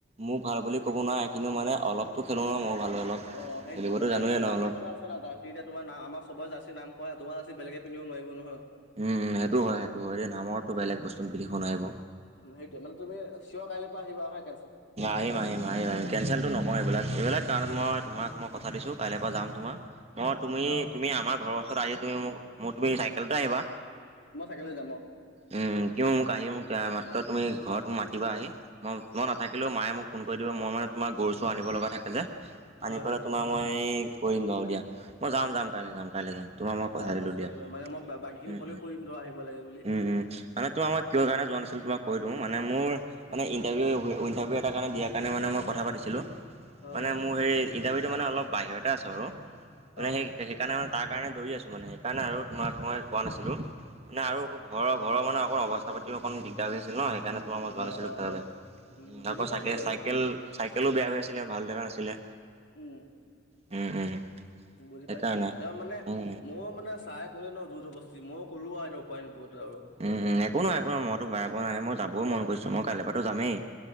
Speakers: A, on the right (about 30°); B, on the left (about 60°).
A: মোক ভাল বুলি ক'ব নোৱাৰে কিন্তু মানে অলপতো খেলোঁ ন মই ভাল দৰে অলপ,
B: অ সেইটোয়ে
A: খেলিবতো
B: মানে
A: জানোৱে ন
B: জাৰ্চি
A: অলপ।
B: কথা আছে জাৰ্চি এতিয়া তোমাৰ নাম আমাৰ চবৰে জাৰ্চি নাম হয়, তোমাৰ জাৰ্চি বেলেগে পন্ধিব নোৱাৰিব নহয়।
A: উম সেইটো হয় সেইটো হয় এতিয়া নামৰতো বেলেগ বস্তু পিন্ধব নোৱাৰিব।
B: সেইটোৱে মানে তুমি চিঅ কাইলৈ পৰা আহিবা হয়
A: আহিম আহিম। আহিম আহিম কেনচেলটো নকওঁ এইবিলাক, এইবিলাক কাৰণত মই তোমাক মই কথা দিছোঁ কাইলৈ পৰা যাম তোমাৰ। মই তুমি
B: অ
A: তুমি আমাৰ ঘৰৰ ওচৰত আহি তুমি মোৰ তুমি চাইকেলটো আহিবা।
B: মই চাইকেলতে যাম অঁ।
A: উম কিও মোক আহি মোক মাত্ৰ তুমি ঘৰত মাতিবা আহি মই মই থাকিলেও মায়ে মোক ফোন কৰি দিব মই মানে তোমাৰ গৰু চৰু আনিব লগা থাকে যে, আনি
B: হয়
A: পেলাই
B: হয়
A: তোমাৰ মই কৰিম বাৰু দিয়া। মই যাম যাম কাইলে যাম কাইলে যাম তোমাৰ মই কথা
B: তাৰে
A: দিলো'
B: পৰা চিয়ৰ
A: দিয়া,
B: আহিবা মানে মই বাকী খিনি
A: উম্
B: পলেও কৰিম ধৰা আহিব লাগে বুলি
A: উম্। উম উম, মানে তোমাৰ মই কিয় কাৰণে যোৱা নাছিলো তোমাক কৈ দিওঁ মানে মোৰ মানে ইণ্টাৰভিউ উইল ইন্টাৰভিও এটাৰ কাৰণে দিয়াৰ কাৰণে মানে মই কথা পাতিছিলোঁ,
B: হয়
A: মানে
B: হয়
A: মোৰ হেই ইণ্টাৰভিউটো মানে অলপ বাহিৰতে আছে বাৰু, মানে
B: অ অ
A: হেই সেইকাৰণে মানে তাৰ কাৰণে দৌৰি আছোঁ মানে সেইকাৰণে আৰু তোমাক মই কোৱা নাছিলোঁ, মানে আৰু ঘৰৰ ঘৰৰ মানে অকন অৱস্থা পাতিও অকণ দিগদাৰ হৈ আছে ন, সেইকাৰণে তোমাৰ মই যোৱা
B: অ
A: নাছিলোঁ
B: অ অ
A: খেললে।
B: অ উম
A: উ
B: বুজি
A: আকৌ
B: পাইছো
A: চাকে
B: বাৰু
A: চাইকেল চাইকেলো বেয়া হৈ আছিলে ভাল দেখা নাছিলে।
B: উম।
A: উম উম।
B: বুজি
A: সেইকাৰণে
B: পাইছো তেওঁ মানে
A: উম
B: মোৰ মানে চাই কৰিলে ন জোৰ জবদস্তি ময়ো ক'লোঁ আৰু এতিয়া উপায় নোপোৱাতে আৰু।
A: উম উম একো নহয় একো নহয় মইতো বেয়া পোৱা নাই, মই যাবই মন কৰিছো মই কাইলৈ পৰাটো যামেই।